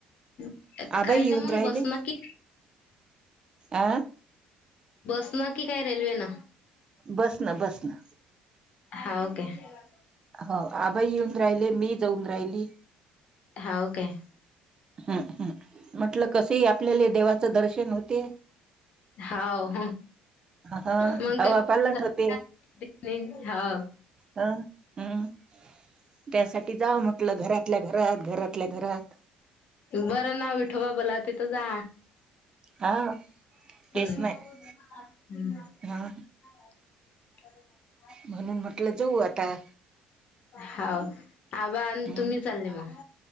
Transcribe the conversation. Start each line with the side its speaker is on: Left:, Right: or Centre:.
Left: काय
Right: आबा
Left: काय
Right: येऊन
Left: ना मग
Right: राहिले.
Left: बसनं की
Right: आ.
Left: बस नी की काय रेल्वे न.
Right: बस ना बस ना
Left: हाव काय.
Right: हो आबा येऊन राहिले मी जाऊन राहिली.
Left: हाव काय.
Right: हम्म हम् म्हटलं कस आपल्याला देवाचं दर्शन होते.
Left: हाव.
Right: हा
Left: मग
Right: हवा
Left: काही
Right: पालट होते.
Left: हो
Right: हम् त्यासाठी जाव म्हटलं घरातल्या घरात घरातल्या घरात.
Left: बरं नाव विठबा बला तिथं जा.
Right: हा
Left: हम्म
Right: तेच नाही
Left: हम्म.
Right: हा
Left: <inaudible>
Right: म्हणून म्हटलं जाऊ आता.
Left: हा आबा आणि
Right: हम्म
Left: तुम्ही चालले मग.